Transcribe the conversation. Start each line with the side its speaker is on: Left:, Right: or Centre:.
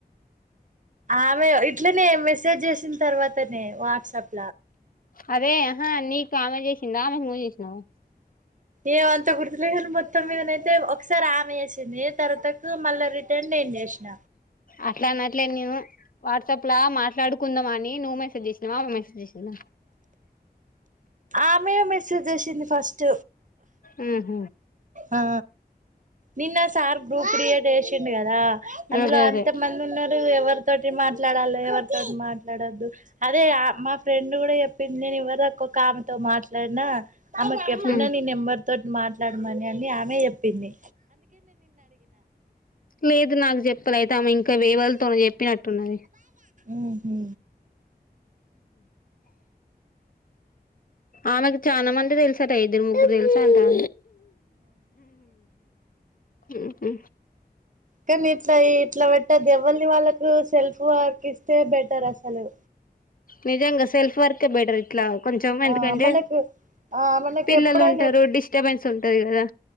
Right: ఆమె ఇట్లనే మెసేజ్ చేసిన తర్వాతనే వాట్సాప్
Left: అదేహ నీకు ఆమె చేసింది ఆమెకు మ చేసినావు
Right: ఎం అంత గుర్తులే కాని మొత్తం మీదనైతే ఒకసారి ఆమె వేసింది తర్వాతకు మళ్ళా రిటర్న్ అయింది చేసిన
Left: అట్లా అన్నట్లే నీవు వాట్సాప్ లా మాట్లాడుకుందాం అని నువ్ మెసజ్ చేసవ అమే మెసజ్ చేసినా
Right: ఆమె మెసేజ్ వసింది ఫస్ట్
Left: ఆహ
Right: ఆ నిన్న సార్ గ్రూప్ క్రియేట్ చేసిండు కదా అందులో
Left: అదే అదే
Right: అంతమంది ఉన్నారు ఎవరు తోటి మాట్లాడాలి ఎవరితోటి మా మాట్లాడద్దు అదే మా ఫ్రెండ్ కూడా చెప్పింది నేను ఎవరు ఒక్కొక్క ఆమెతో మాట్లాడినా ఆమెకు ఎప్పుిన
Left: ఉమ్
Right: నీ నెంబర్ తో మాట్లాడమని అని ఆమె పిన్ని
Left: లేదు నాకు చెప్పలే తము ఇంక ఎవల్ తోనో చెప్పినట్టు పోయ్ంది
Right: ఉహు
Left: ఆమెకు చాలా మంది తెలుసట్ట ఇద్దరు ముగ్గురు తెలుసట. <inaudible> ఉహూ
Right: కానీ ఇట్ల ఇట్లా వెట్ట ఎవల్ది వాళ్ళక్ సెల్ఫ్ వర్క్ ఇస్తే బెటర్ అస హలో
Left: నిజంగా సెల్ఫ్ వర్కే బెటర్ ఇట్లా కొంచం ఎందుకంటే
Right: ఆ మనకు ఆ మనకు
Left: పిల్లలు
Right: ఎప్పుడైనా
Left: ఉంటరు డిస్టబెన్స్ ఉంటది కదా